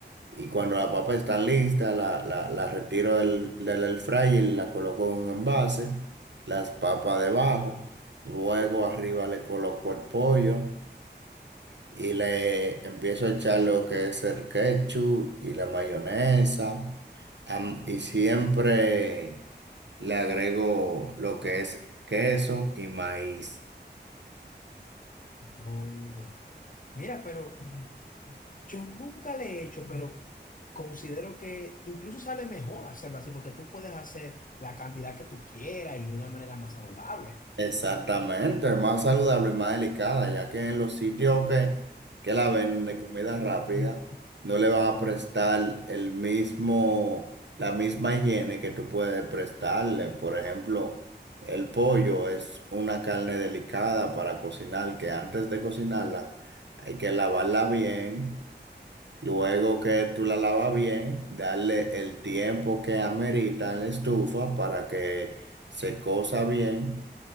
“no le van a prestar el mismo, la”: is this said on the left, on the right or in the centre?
Right